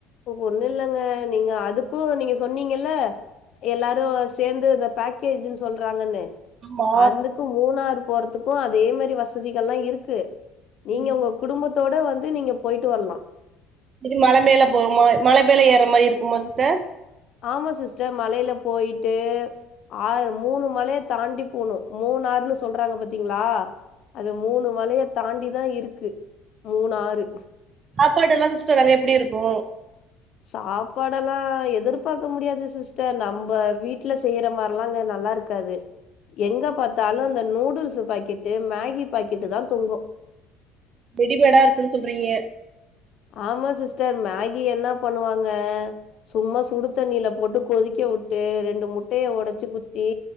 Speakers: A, on the left; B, on the right.
A: ஒண்ணு இல்லங்க நீங்க அதுக்கு நீங்க சொன்னீங்கல்ல எல்லாரு சேந்து இந்த பேக்கேஜ்னு சொல்றாங்கன்னு
B: ஆமா
A: அந்துக்கு மூணாறு போறதுக்கு அதே மேரி வசதிகல்லா இருக்கு நீங்க
B: ம்
A: உங்க குடும்பத்தோட வந்து நீங்க போயிட்டு வர்லா
B: இது மல மேல போமா மல மேல ஏற மாரி இருக்குமா சிஸ்டர்
A: ஆமா சிஸ்டர் மலையில போயிட்டு ஆறு மூணு மலைய தாண்டி போணும் மூணாறுன்னு சொல்றாங்க பாத்தீங்களா அது மூணு மலைய தாண்டிதான் இருக்கு மூணாறு
B: சாப்பாடெல்லாம் சிஸ்டர் அங்க எப்டி இருக்கும்
A: சாப்பாடெல்லாம் எதிர்பாக்க முடியாது சிஸ்டர் நம்ப வீட்ல செய்ற மார்ல்லாம் அங்க நல்லா இருக் க்காது எங்க பாத்தாலும் அந்த நூடுல்ஸ் பாக்கெட்டு மேகி பாக்கெட்டு தான் தொங்கும்
B: ரெடிமேடா இருக்குன்னு சொல்றீங்க
A: ஆமா சிஸ்டர் மேகி என்ன பண்ணுவாங்க சும்மா சுடு தண்ணியில போட்டு கொதிக்க வுட்டு ரெண்டு முட்டையை உடைச்சு ஊத்தி